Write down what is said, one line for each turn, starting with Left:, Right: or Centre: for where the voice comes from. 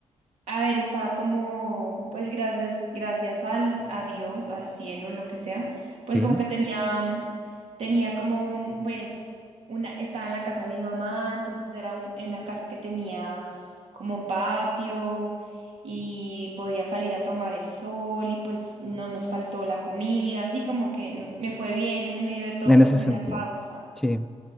Right: A ver, estaba como, pues gracias, gracias al, a Dios, al cielo, lo que sea, pues
Centre: Sí,
Right: como que tenía, mm, tenía como un, pues, una, estaba en la casa de mi mamá, entonces era un- en una casa que tenía como patio y podía salir a tomar el sol y pues no nos faltó la comida, así como que no- me fue bien en medio de todo,
Centre: en
Right: fue
Centre: ese
Right: como
Centre: sentido.
Right: una pausa.
Centre: Sí.